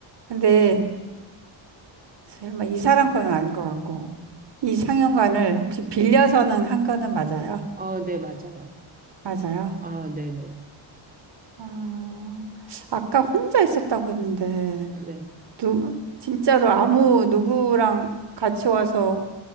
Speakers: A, on the right; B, on the right.
A: 근데 설마 이 사람 거는 아닐 것 같고 이 상영관을 혹시 빌려서는
B: 네.
A: 한 거는 맞아요?
B: 어, 네, 맞아요.
A: 맞아요.
B: 아, 네네.
A: 아, 아까 혼자 있었다고 했는데
B: 네. 네.
A: 누, 진짜로 아무 누구랑 같이 와서